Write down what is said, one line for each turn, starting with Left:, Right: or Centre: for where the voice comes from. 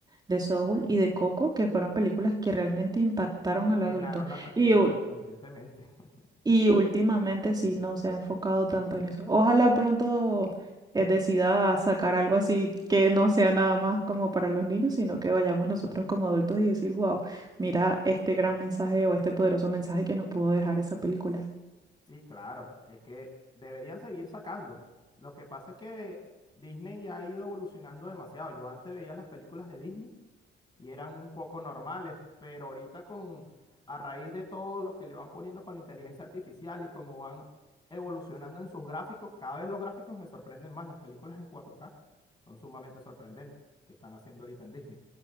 Right: de Soul y de Coco, que fueron películas que realmente impactaron al
Left: Llenaron
Right: adulto.
Left: la taquilla
Right: Y,
Left: sorprendentemente. <laughs>
Right: y últimamente sí, no se ha enfocado tanto en eso. Ojalá pronto eh, decida sacar algo así que no sea nada más como para los niños, sino que vayamos nosotros como adultos y decir, wow, mira este gran mensaje o este poderoso mensaje que nos pudo dejar esa película.
Left: Sí, claro, es que deberían seguir sacando. Lo que pasa es que Disney ya ha ido evolucionando demasiado. Yo antes veía las películas de Disney y eran un poco normales, pero ahorita con, a raíz de todo lo que le van poniendo con la inteligencia artificial y cómo van evolucionando en sus gráficos, cada vez los gráficos me sorprenden más. Las películas en cuatro k son sumamente sorprendentes que están haciendo ahorita en Disney.